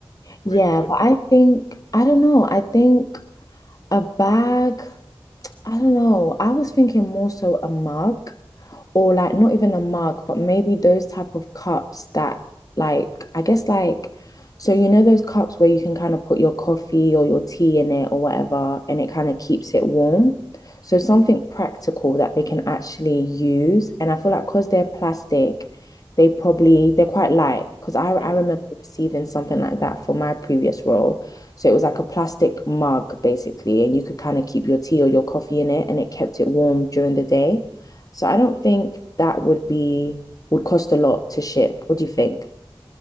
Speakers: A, on the left; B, on the left.
A: right?
B: Yeah.
A: But
B: But I think, I don't know, I think a bag, I don't know. I was thinking more so a mug. or like not even a mug, but maybe those type of cups that like I guess like so you know those cups where you can kind of put your coffee or your tea in it or whatever, and it kind of keeps it warm. So something practical that they can actually use. And I feel like because they're plastic, they probably they're quite light. Because I I
A: <clears throat>
B: remember receiving something like that for my previous role. So it was like a plastic mug basically, and you could kind of keep your tea or your coffee in it, and it kept it warm during the day. So I don't think that would be would cost a lot to ship. What do you think?